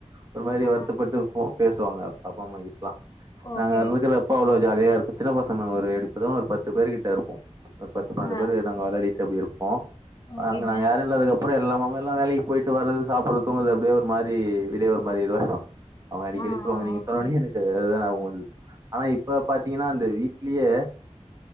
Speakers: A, on the right (about 30°); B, on the left (about 30°).
A: ஒரு மாரி
B: ஆ
A: வருத்தப்பட்டு போ பேசுவாங்க அப்பா அம்மா கிட்டல்லா
B: ஓகே
A: நாங்க இருக்கிற அப்ப அவ்ளோ ஜாலியா இருக்கு சின்ன பசங்க ஒரு எப்டிபாத் ஒரு பத்து பேருகிட்ட இருப்போ ஒரு பத்து பன்னெண்டு
B: ஆ
A: பேர் கிட்ட விளையாடிட்டு அப்டி இருப்போ
B: ஓகேங்க
A: அங்க நாங்க யாரு இல்லாதுக்கப் அப்புறோ எல்லாமே எல்லா வேலைக்கு போயிட்டு வறது சாப்புறது தூங்கறது அப்டிய ஒரு மாரி வீடே ஒரு மாதிரி இதுவாயிடு அவங்க அடிக்கடி
B: ஆ
A: சொல்லுவாங்க
B: ஆ
A: நீங்க
B: ஓகே
A: சொன்னோனே எனக்கு அதுதா நியாபகோ வந்துது ஆனா இப்ப பாத்தீங்கன்னா அந்த வீட்லேயே